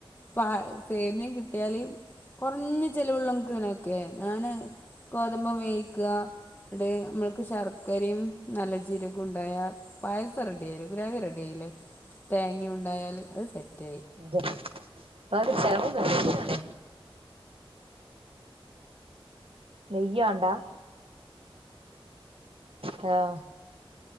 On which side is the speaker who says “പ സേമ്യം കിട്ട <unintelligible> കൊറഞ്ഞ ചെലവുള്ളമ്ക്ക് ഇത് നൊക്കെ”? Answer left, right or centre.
Left